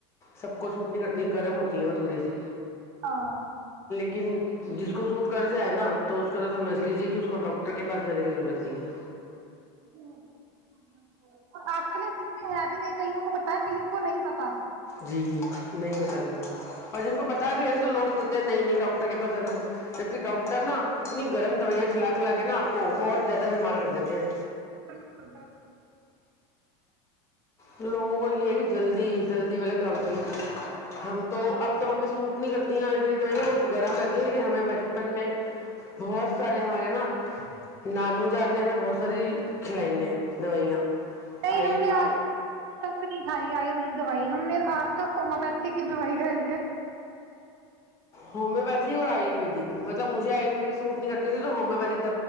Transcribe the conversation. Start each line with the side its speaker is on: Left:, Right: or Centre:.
Left: سب کو سوٹ نہیں کرتی گرم ہوتی ہیں وہ تھوڑی سی
Right: <inaudible>
Left: لیکن جس کو سوٹ کر د ہے نا تو اس کا رط سجھ لیجیے کہ اس کو ڈاکٹر کے پاس جانے کی ضرورت نہیں ہے
Right: جی جی بالکل بالکل اور آج کلے نتے ہے بھی نہیں کئیوں کو پتا ہے کئیوں کو نہیں پتا
Left: جی نہیں پتا لوگوں کو اور جن کو پتا بھی ہےا تو لوگ سوچتے ہیں نہیں نہیں ڈاکٹر کے پاس ہے نا جبک ڈاکٹر نا اتنی گرم دوائیاں کھلا کھلا کے نا آپ کو اور زیادہ بیمار کر دیتے ہیں
Right: بالکل بالکل
Left: لوگوں کو نہیں ہے کہی جلدی جلی والا کام چاہیے ہم تو
Right: ہاں
Left: اب تو ہمیں سوٹ نہیں کرتی آروی دوائیا وہت گم رہتی لیکن ہمیں بچپن میں بہت سارے ہمارے نا نانو جان نے ہمیں بہت ساری کھلائی ہیں دوائیاں
Right: نہیں
Left: آئی
Right: ہم نے
Left: آئی
Right: آج تک نہیں کھائی آیورویدک دوائی ہم نے آج تک ہومیو پیتھی کی دوائی کھائی ہے
Left: ہومیوپیتھک اور آیورویدک مطلب مجھے آیورویدک سوٹ نہیں کرتی تھی تو ہومیو پیتھک